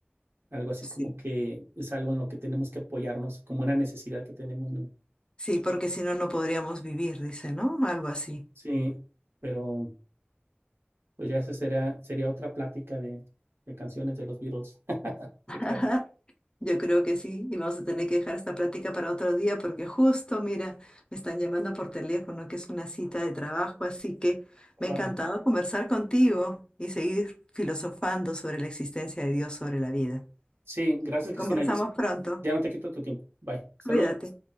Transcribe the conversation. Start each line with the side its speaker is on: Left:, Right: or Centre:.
Right: Algo así
Left: Sí.
Right: como que es algo en lo que tenemos que apoyarnos, como una necesidad que tenemos, ¿no?
Left: Sí, porque si no, no podríamos vivir, dice, ¿no? Algo así.
Right: Sí, pero pues ya esa sería, sería otra plática de, de canciones de los Beatles, <laughs>
Left: <laughs>
Right: ¿te creas?
Left: Yo creo que sí, y vamos a tener que dejar esta plática para otro día porque justo, mira, me están llamando por teléfono, que es una cita de trabajo, así que
Right: Ah,
Left: me ha encantado conversar contigo y seguir filosofando sobre la existencia de Dios, sobre la vida.
Right: sí, gracias, Cristina.
Left: Conversamos
Right: ya
Left: pronto.
Right: ya no te quito tu tiempo. Bye. Hasta
Left: Cuídate.
Right: luego.